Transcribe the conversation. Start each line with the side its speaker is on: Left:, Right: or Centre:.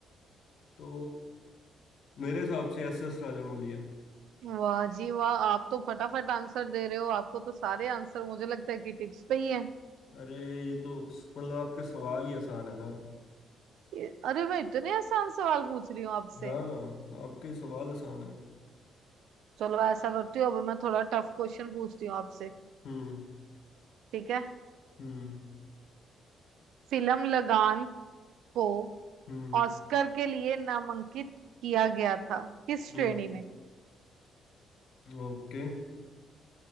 Left: तो मेरे हिसाब से एस एस राजामौली है
Right: वाह जी वाह आप तो फटाफट आंसर दे रहे हो आपको तो सारे आंसर मुझे लगता है कि टिप्स पे ही हैं
Left: अरे ये तो मतलब आपके सवाल ही आसान है ना
Right: ये- अरे मैं इतने आसान सवाल पूछ रही हूँ आपसे
Left: हाँ आपके सवाल आसान है
Right: चलो ऐसा करती हूँ अब मैं थोड़ा टफ क्वेश्चन पूछती हूँ आपसे
Left: हम्म
Right: ठीक है
Left: हम्म
Right: फिल्म लगान को
Left: हम्म
Right: ऑस्कर के लिए नामांकित किया गया था किस
Left: हम्म
Right: श्रेणी में
Left: ओके